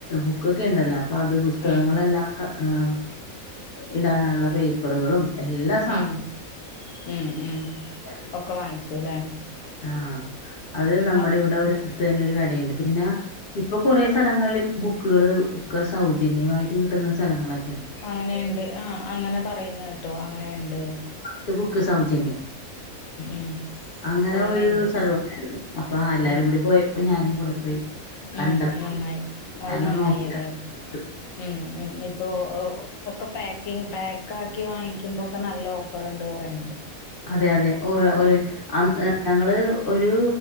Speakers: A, on the left; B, on the left.
A: ബുക്ക്ക്കെ ഇണ്ടല്ലോ പ്പ അത് പുസ്തകങ്ങളെല്ലാംഅഹ്
B: ഉം
A: ഇടാനുള്ള പേപ്പറുകളും എല്ലാം
B: ഉം മം മം
A: ഉണ്ടായിരുന്നു
B: ഒക്കെ വാങ്ങിച്ചുല്ലേ
A: ആഹ് അത്
B: ഉം
A: നമ്മുടെ ഇവിടെ ഒടുത്ത് തന്നെ ഒരു കടുണ്ട് പിന്നെ ഇപ്പൊ കൊറ സ്ഥല ങ്ങളിൽ ബുക്കുകൾ ഒക്കെ സൗജന്യമായിട്ട് കിട്ടുന്ന സ്ഥലങ്ങളൊ
B: അങ്ങനെയിണ്ട് ആഹ് അങ്ങനെ പറയുന്നെ കേട്ടു അങ്ങനെയിണ്ട്ന്ന്
A: ത്ത് ബുക്ക് സൗജന്യം
B: ഉം
A: അങ്ങനെ
B: അങ്ങനെയുണ്ട്
A: ഒരു സ്ഥലം ഉണ്ടായിരുന്നു അപ്പൊ എല്ലാ
B: ഉം
A: പോയപ്പോ ഞാനും കൂടെ പോയി കണ്ടപ്പോ
B: ഉം നന്നായി അത്
A: ഞാനൊന്നും
B: നന്നായി
A: നോക്കില്ല
B: ഏതായാലും
A: ച്‌
B: ഉം ഉം ഇപ്പോ. ഇപ്പൊ ഒക്കെ പാക്കിങ് പാക്ക് ആക്കി വാങ്ങിക്കുമ്പോക്കെ നല്ല ഓഫർണ്ട് പറയണ്ട്.
A: അതെ അതെ ഓഹ് ഒരു
B: ഉം
A: അൻ എ ഞങ്ങള് ഒരു